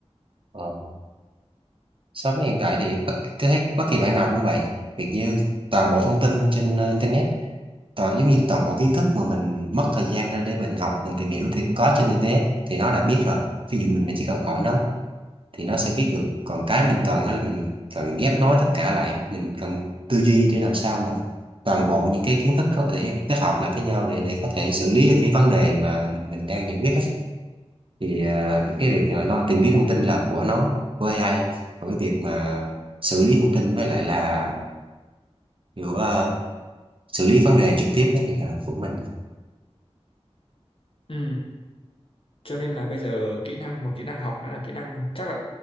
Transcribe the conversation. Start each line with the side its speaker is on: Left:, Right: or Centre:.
Right: ờ. so với hiện tại thì bất, tôi thấy bất kỳ bạn nào cũng vậy. Việc như toàn bộ thông tin trên ờ, internet toàn giống như toàn bộ kiến thức mà mình mất thời gian ra để mình học mình tìm hiểu thì có trên internet thì nó đã biết rồi ví dụ mình mình chỉ cần hỏi nó thì nó sẽ biết được còn cái mình cần á là mình cần ghép nối tất cả lại mình cần tư duy để làm sao mà toàn bộ những cái kiến thức có thể kết hợp lại với nhau để để có thể xử lý được cái vấn đề mà mình đang giải quyết á. thì à, cái việc mà nó tìm kiếm thông tin là của nó của AI còn cái việc mà xử lý thông tin với lại là kiểu ờ, xử lý vấn đề trực tiếp á thì là của mình
Left: ừ cho nên là bây giờ kỹ năng một kỹ năng học nữa là kỹ năng chắc là